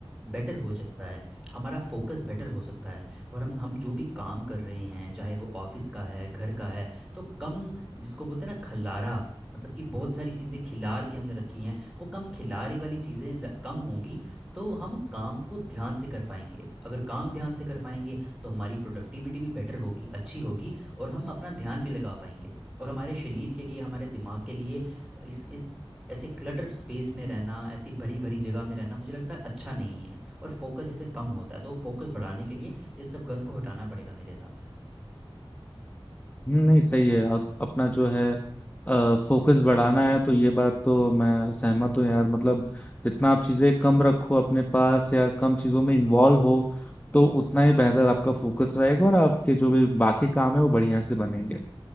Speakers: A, in the centre; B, on the left (about 15°).
A: बेटर हो सकता है हमारा फोकस बेटर हो सकता है और हम हम जो भी काम कर रहे हैं चाहे वो ऑफिस का है घर का है तो कम जिसको बोलते हैं ना खल्लारा मतलब कि बहुत सारी चीज़ें खिलार के हमने रखी हैं वो कम खिलारी वाली चीज़ें ज़्या- कम होंगी तो हम काम को ध्यान से कर पाएंगे अगर काम ध्यान से कर पाएंगे तो हमारी प्रोडक्टिविटी भी बेटर होगी अच्छी होगी और हम अपना ध्यान भी लगा पाएंगे और हमारे शरीर के लिए हमारे दिमाग के लिए इस इस ऐसे क्लटर्ड स्पेस में रहना ऐसी भरी भरी जगह में रहना मुझे लगता है अच्छा नहीं है और फोकस इससे कम होता है तो फोकस बढ़ाने के लिए इस सब गंद को हटाना पड़ेगा मेरे हिसाब से
B: हम्म, नहीं सही है अ- अपना जो है फोकस बढ़ाना है तो ये बात तो मैं सहमत हूँ यार मतलब जितना आप चीजें कम रखो अपने पास या कम चीजों में इन्वॉल्व हो तो उतना ही बेहतर आपका फोकस रहेगा और आपके जो भी बाकी काम है वो बढ़िया से बनेंगे